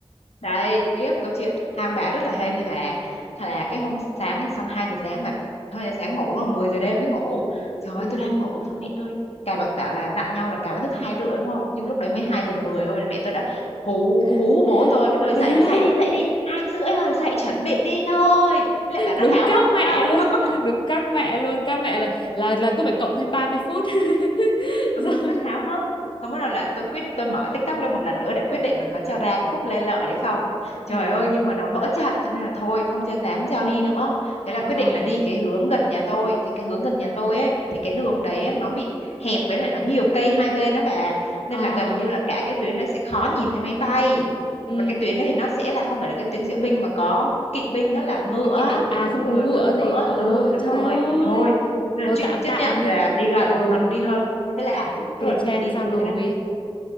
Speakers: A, on the left; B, on the left.
A: đây tiếp câu chuyện hai ông bà rất là hên nha bà Thật là cái hôm sáng là xong 2 giờ sáng mà 2 giờ sáng ngủ đúng không 10 giờ đêm mới ngủ trời
B: ừ,
A: ơi tôi đang ngủ xong mẹ tôi cà bảo, bảo là dặn nhau là cà phải thức hai rưỡi đúng không nhưng lúc đấy mới
B: ừ.
A: 2 giờ 10 thôi là mẹ tôi đã hú hú
B: <laughs>
A: bố tôi với tôi dậy rồi dậy đi dậy đi hai rưỡi rồi dậy chuẩn bị đi thôi lại bà rất
B: đúng
A: háo
B: các
A: hức
B: mẹ
A: thấy không
B: luôn <laughs> đúng các mẹ luôn các mẹ là là là cứ phải cộng thêm ba mươi phút <laughs>
A: ừ
B: rồi
A: rất háo hức xong bắt đầu là tôi quyết tôi mở TikTok lên một lần nữa để quyết định là có cho ra cái khúc Lê Lợi đấy không
B: ừ
A: trời ơi nhưng mà nó vỡ trận cho nên là thôi không cho dám cho đi nữa thế là quyết
B: ờ
A: định là đi cái hướng gần nhà tôi thì cái hướng gần nhà tôi ấy thì cái đường đấy á, nó bị hẹp với lại nó nhiều cây hai bên đó bà nên
B: à
A: là gần như là cả cái tuyến đấy sẽ khó
B: không
A: nhìn thấy máy bay
B: ừ
A: và cái tuyến đấy thì nó sẽ là không phải là cái tuyến diễu binh mà có kỵ binh á là ngựa
B: cực kỳ
A: á,
B: định à không
A: người
B: có ngựa
A: cưỡi ngựa
B: gì
A: á.
B: ờ
A: ừ đúng
B: trời
A: rồi
B: ơi
A: thì thôi nên
B: thôi
A: là chấp
B: tạm
A: chấp
B: tạm
A: nhận là
B: đi
A: đi gần
B: ờ
A: còn đi hơn thế là
B: bị kia
A: tức là
B: chen
A: đi
B: sao nổi
A: thế là